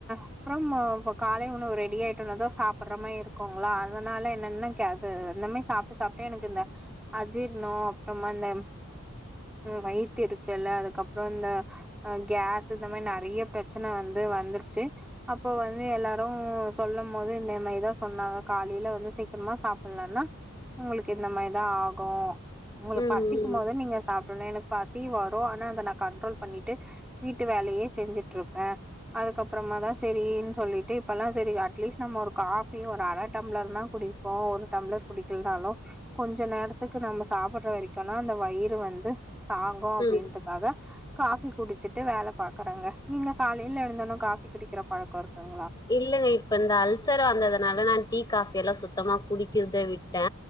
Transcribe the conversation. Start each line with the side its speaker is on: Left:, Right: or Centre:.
Centre: அப்புறம் அ இப்ப காலை உண் ன்னு ரெடியாயிடோனா தா சாபட்ற மாரி இருக்கோங்களா அதனால என்னன்ன கேது இந்த மாரி சாப்ட்டு சாப்ட்டு எனக்கு இந்த அஜீர்ணோ அப்றமா அந்த வயத்தெருச்சல் அதுக்கப்புறோ இந்த அ கேஸ்சு இந்த மாரி நெறைய பிரச்சனை வந்து வந்துருச்சு அப்போ வந்து எல்லாரு அப்றோ சொல்லும் போது இந்த மேரிதா சொன்னாங்க காலைல வந்து சீக்கரமா சாப்பிட்லேன்னா உங்குளு இந்த மேரிதா ஆகு உங்குளுக்
Left: ம்
Centre: பசிக்கும்
Left: ம்
Centre: போதே நீங்க சாப் டனே எனக் பசி வரு ஆனா அத நா கண்ட்ரோல் பண்ணிட்டு வீட்டு வேலையே செஞ்சிட்ருப் அ அதுக்கப்பறமா தா சேரின் சொல்லிட் டு இப்பெல்லா சேரி அட்லீஸ்ட் நம்ம ஒரு காஃபி ஒரு அரை டம்ளர்னா குடிப்போ ஒரு டம்ளர் குடிக்கலனாலு கொஞ்ச நேரத்துக்கு நம்ம சாப்பட்ற வரைக்குனா அந்த வயிறு வந்து தாகோ அப்டின்துக்காக
Left: ம்
Centre: காஃபி குடிச்சிட்டு வேல பாக்கறங்க நீங்க காலைல எழுந்தனு காஃபி குடிக்கற பழக்கோ இருக்குங்ளா
Left: இல்லங்க இப்ப இந்த அல்சர் வந்ததுனால நா டீ காஃபி எல்லா சுத்தமா குடிக்கிறதே விட்டே